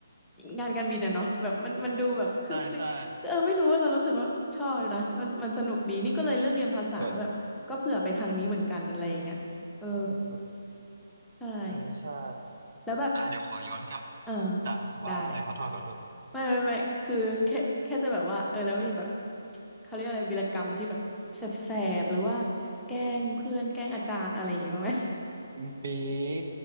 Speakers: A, in the centre; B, on the right.
A: งานการบินอะเนาะแบบมันมันดูแบบเครื่องบินเออไม่รู้ว่าเรารู้สึกว่าชอบนะ
B: ใช่ใช่
A: มันมันสนุกดี นี่ก็เลยเลือกเรียนภาษาแบบก็เผื่อไปทางนี้เหมือนกันอะไรอย่างเงี้ยเออ
B: เหมือนเออ
A: ใช่
B: เออใช่
A: แล้วแบบ
B: อ่าเดี๋ยวขอย้อนกลับ
A: เออ
B: จากว่าว่าอะไรขอโทษขอโทษ
A: ได้ ไม่ไม่ไม่ คือแค่แค่จะแบบว่าเออแล้วมีแบบเขาเรียกอะไรวีรกรรมที่แบบแสบๆหรือว่าแกล้งเพื่อนแกล้งอาจารย์อะไรอย่างงี้บ้างไหม
B: มี